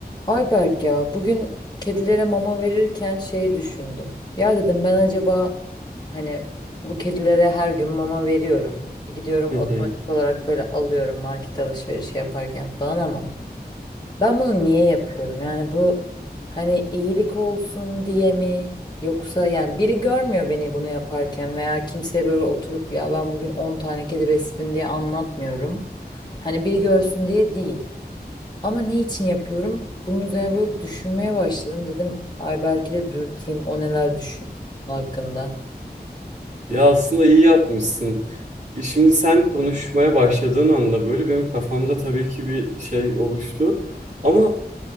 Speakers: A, on the left; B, on the right.
A: Ayberk ya bugün kedilere mama verirken şeyi düşündüm. Ya dedim ben acaba hani bu kedilere her gün mama veriyorum. Gidiyorum
B: Hı
A: otomatik
B: hı.
A: olarak böyle alıyorum market alışverişi yaparken falan ama ben bunu niye yapıyorum? Yani bu hani iyilik olsun diye mi? Yoksa yani biri görmüyor beni bunu yaparken veya kimseye böyle oturup ya ben bugün 10 tane kedi besledim diye anlatmıyorum. Hani biri görsün diye değil. Ama ne için yapıyorum? Bunun üzerine böyle düşünmeye başladım. Dedim ay belki de dürteyim o neler düşünüyor bunun hakkında.
B: Ya aslında iyi yapmışsın. E Şimdi sen konuşmaya başladığın anda böyle benim kafamda tabii ki bir şey oluştu. Ama